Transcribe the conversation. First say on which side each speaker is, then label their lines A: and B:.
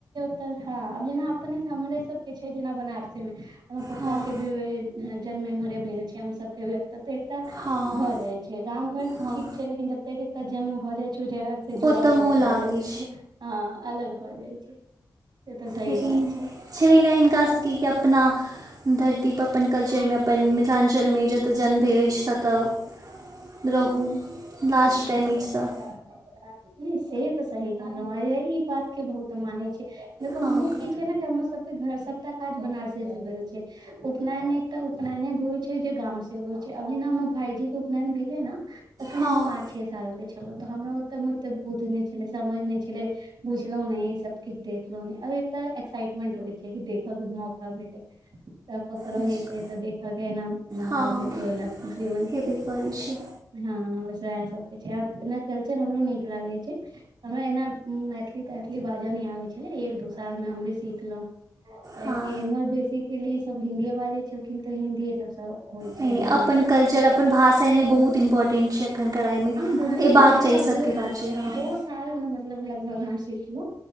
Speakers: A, on the right (about 85°); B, on the right (about 60°).
A: तऽ हँ आब जेना अपने हमरे सबके छै जेना बनारसीमे हमर पपाके
B: हँ हँ
A: भी। जन्म एमहरे भेल छै हम सब के व। ततेटा
B: हँ
A: भऽ जाय छै गाम घर तऽ
B: हँ
A: ठीक छै लेकिन जतेक एकटा जन्म भऽ जाइ छै ओ जगह। से जुड़ाव
B: ओतय मोह
A: अलग भए
B: लागैत
A: जाइ छै हं अलग भऽ जाइ छै। से तऽ सही
B: लेकिन
A: बात छै।
B: छलै नहि हिनका सबके की अपना। धरती पर अपन कल्चर मे अपन मिथिलाञ्चलमे जतय जन्म भेल अछि तत। तऽ रहू लास्ट
A: हँ
B: टाइम अछि तऽ।
A: नहि से तऽ सही कहलहु ह ई बात के बहुत हम मानै छी। देखु
B: हँ
A: हमर किछ छै ने कि हमर सभ। घर सभटा काज बनारसे से भेल छै उपनैन एकटा उपनयने भी होइ छै जे गाम से होइ छै। जेना हमर भाईजी के उपनैन भेले ने तखन
B: हँ
A: हम पाँ। छे सालके छलहुँ तऽ हमरा ओतऽमे ओतेक बोध नहि छलै समझ नहि छलै। बुझलहु ने सबकिछ देखलहु नहि आ एकटा एक्साइटमेंट होइ छै कि देखयके मौका भेटे। त। ककरो
B: अच्छा
A: हेतै तऽ देखऽ के एना मौका
B: हँ हँ
A: भेटे ओहि लए क खुशी होइ
B: हेबे
A: छै।
B: करै छै
A: हँ इएह सबके छैना कल्चर हमरो नीक लागे छै। हमरा एना मैथिली तैथली ती बाजऽ ही आबै छलै एक दू साल मे हम भी सिखलहुँं। कियेकी
B: हँ
A: एम्हर बेसीे सब हिन्दीए बाजै छलखिन तऽ हिन्दीए सब होइ
B: एहने
A: छलै बोल।
B: अपन कल्चर अपन भाष एनाइ बहुत इम्पोर्टेन्ट छै एखन कराइमे।
A: बुझल
B: अयबाक
A: ने
B: चाही सभके
A: दो
B: बात छै हँ
A: दो साल मे मतलब लगभग हम सिखलहु।